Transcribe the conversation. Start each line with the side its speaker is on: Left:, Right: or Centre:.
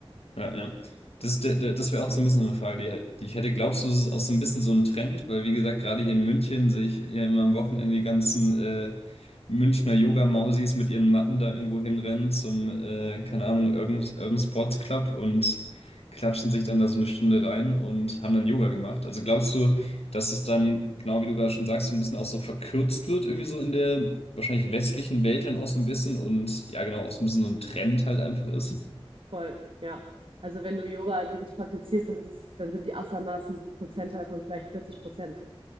Left: Ja, ja. Das, d- d- das wäre auch so ein bisschen so eine Frage, die, die ich hätte. Glaubst du, es ist auch so ein bisschen so ein Trend? Weil, wie gesagt, gerade hier in München sehe ich ja immer am Wochenende die ganzen äh, Münchner Yoga-Mausis mit ihren Matten da irgendwo hinrennen zum, äh, keine Ahnung, Urban, Urban Sports Club und klatschen sich dann da so eine Stunde rein und haben dann Yoga gemacht. Also glaubst du, dass es dann, genau wie du gerade schon sagst, so ein bisschen auch so verkürzt wird, irgendwie so in der wahrscheinlich westlichen Welt dann auch so ein bisschen und ja, genau, auch so ein bisschen so ein Trend halt einfach ist?
Right: Voll, ja. Also wenn du Yoga halt wirklich praktizierst, dann ist es, dann sind die Asanas ein Prozentteil von vielleicht 40 Prozent.